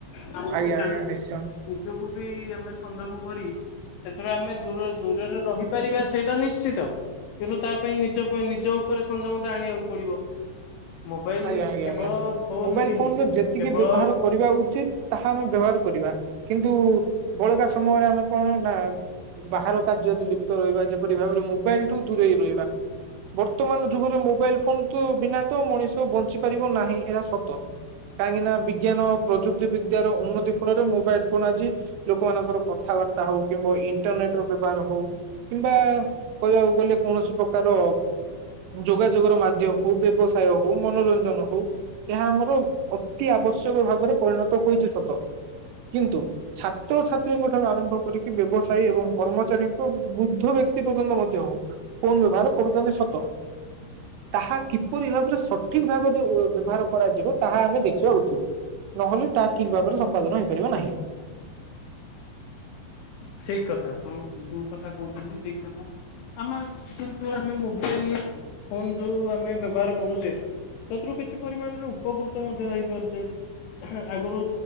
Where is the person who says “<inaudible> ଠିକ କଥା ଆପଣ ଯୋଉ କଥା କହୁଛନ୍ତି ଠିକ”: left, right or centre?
Left